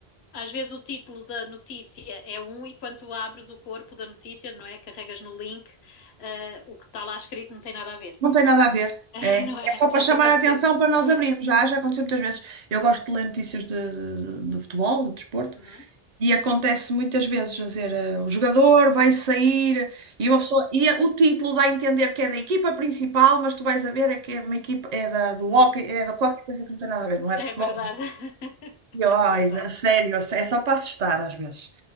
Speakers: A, on the left; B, on the right.
A: às vezes o título da notícia é um, e quando abres o corpo da notícia, não é? Carregas no link, uh, o que está lá escrito não tem nada a ver,
B: não tem nada a ver.
A: <laughs>
B: É, é
A: não é?
B: só para
A: Já
B: chamar
A: te aconteceu.
B: a atenção para nós
A: Pois.
B: abrirmos. Já, já aconteceu muitas vezes. Eu gosto de ler notícias de, de, de futebol, de desporto.
A: Uhum.
B: E acontece muitas vezes, quer dizer, eh, o jogador vai sair e uma pessoa e eh, o título dá a entender que é da equipa principal, mas tu vais a ver é que é de uma equipa, é da, do hóquei, é da qualquer coisa que não tem nada a ver, não é de futebol.
A: É verdade, <laughs>
B: E,
A: é
B: ó,
A: verdade.
B: isso é sério, é só para assustar às vezes.